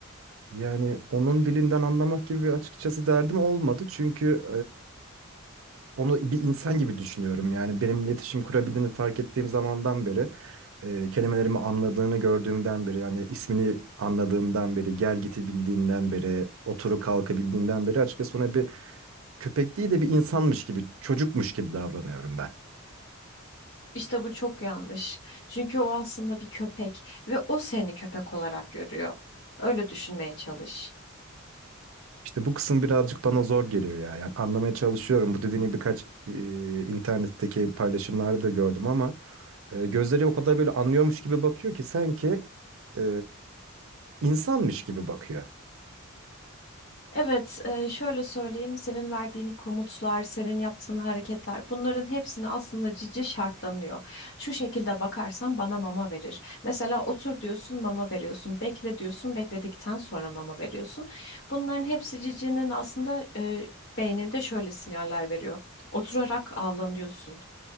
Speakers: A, on the right (about 70°); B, on the left (about 55°).
A: Yani onun dilinden anlamak gibi bir açıkçası derdim olmadı. Çünkü onu bir insan gibi düşünüyorum. Yani benim iletişim kurabildiğini fark ettiğim zamandan beri, e, kelimelerimi anladığını gördüğümden beri, yani ismini anladığından beri, gel giti bildiğinden beri, oturu kalkı bildiğinden beri açıkçası ona bir köpek değil de bir insanmış gibi, çocukmuş gibi davranıyorum ben.
B: İşte bu çok yanlış. Çünkü o aslında bir köpek ve o seni köpek olarak görüyor. Öyle düşünmeye çalış.
A: İşte bu kısım birazcık bana zor geliyor ya. Yani anlamaya çalışıyorum. Bu dediğini birkaç e, internetteki paylaşımlarda da gördüm ama e, gözleri o kadar böyle anlıyormuş gibi bakıyor ki sanki e, insanmış gibi bakıyor.
B: Evet, e, şöyle söyleyeyim, senin verdiğin komutlar, senin yaptığın hareketler, bunların hepsini aslında cici şartlanıyor. Şu şekilde bakarsan bana mama verir. Mesela otur diyorsun, mama veriyorsun. Bekle diyorsun, bekledikten sonra mama veriyorsun. Bunların hepsi cicinin aslında e, beyninde şöyle sinyaller veriyor. Oturarak avlanıyorsun.